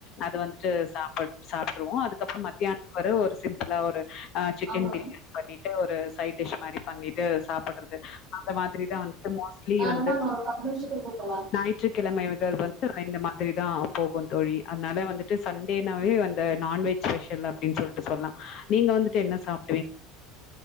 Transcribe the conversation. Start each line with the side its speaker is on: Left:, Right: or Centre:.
Left: அது வந்துட்டு சாப்பாடு சாப்பிட்ருவோம் அதுக்கப்புறம் மத்தியானத்துக்கு வேற ஒரு நல்லா ஒரு ஆஹ சிக்கன்
Right: ஆமா
Left: பிரியாணி பண்ணிட்டு ஒரு சைட் டிஸ் மாரி பண்ணிட்டு சாப்பிடுறது அந்த மாதிரிதான் வந்துட்டு மோஸ்ட்லி
Right: ஆ
Left: வந்து
Right: மேம் ஒரு பத்து நிமிஷத்துல கூப்படவா
Left: ஞாயிற்றுக்கிழமைகள் வந்து இந்த மாதிரிதான் போகும் தோழி அதனால வந்துட்டு சண்டேனாவே வந்த நான்வெஜ் ஸ்பெஷல் அப்படின்னு சொல்லிட்டு சொல்லலாம் நீங்க வந்துட்டு என்ன சாப்